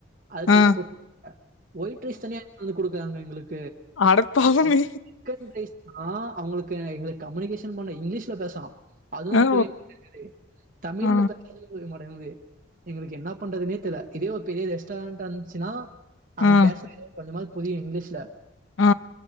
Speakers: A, on the right (about 40°); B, on the left (about 70°).
A: அது
B: ஆ
A: தனியா குடுப்பாக ஒயிட் ரைஸ் தனியா எடுத்துட்வந் குடுப் ஃபேமிலிங்களுக்கு
B: அடப்பாவமே
A: சிக்கன் ரைஸ் ஆ அவங்களுக்கு எங்களுக்கு கம்யூனிகேஷன் பண்ண இங்கிலீஷ்ல பேசனு அதுவு
B: ஓ
A: புரிய மாட்டேங்குது தமிழ்ல
B: ஆ
A: பேசுறது புரியமாட் து எங்களுக்கு என்ன பண்றதுனே தெரிய இதே பெரிய ரெஸ்டாரன்ட்டா இருந்துச்சுன்னா அவங்க
B: ஆ
A: பேசற கொஞ்சமாது புதிய இங்கிலீஷ்ல
B: ஆ